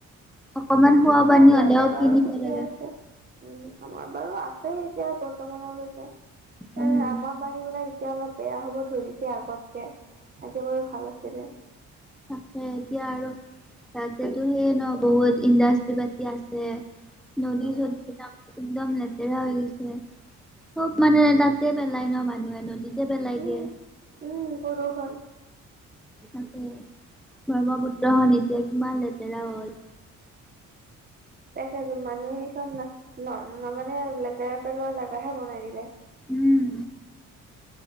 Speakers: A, in the centre; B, on the right.
A: অকমান খোৱা
B: আমাৰ
A: পানী
B: ইয়াতে
A: হলেও কিনিব
B: বাৰু ঠিকে
A: লাগে।
B: আছে। উম, আমাৰ বাৰু আছে এতিয়া বৰ্তমানলৈকে।
A: উম।
B: আমাৰ পানী বিলাক। এতিয়া অলপ বেয়া হ'ব ধৰিছে আগতকে, আগে বাৰু ভাল আছিলে।
A: তাকে, এতিয়া আৰু তাতেতো সেইয়ে ন বহুত ইণ্ডাষ্ট্ৰ্ৰী পাতি আছে। নদী।
B: উম
A: একদম
B: উম
A: লেতেৰা হৈ গৈছে, চব মানে তাতে পেলাই ন মানুহে নদীত। পেলাই
B: উম
A: দিয়ে।
B: উম প্ৰদূষণ
A: তাকে ব্ৰহ্মপুত্ৰখনন এতিয়া কিমান লেতেৰা হ'ল।
B: দেখছো মানুহে সেইখন ন মানে লেতেৰা পেলোৱা জোগাহে বনাই দিলে।
A: উম